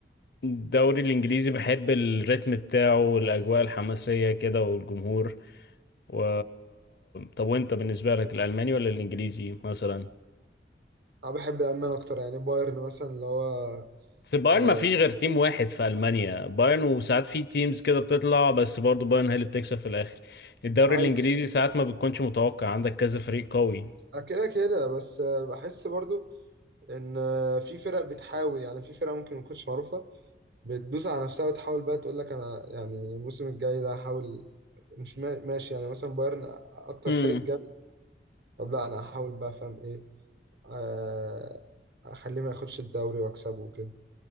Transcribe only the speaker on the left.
الدوري الانجليزي بحب الريتم بتاعه والاجواء الحماسيه كده والجمهور و... طب وانت بالنسبه لك الالماني ولا الانجليزي مثلا
بس بايرن
ما فيش غير تيم واحد في المانيا بايرن وساعات في تيمز كده بتطلع بس برضه بايرن هي اللي بتكسب في الاخر الدوري
الانجليزي ساعات ما بتكونش متوقع عندك كذا فريق قوي
امم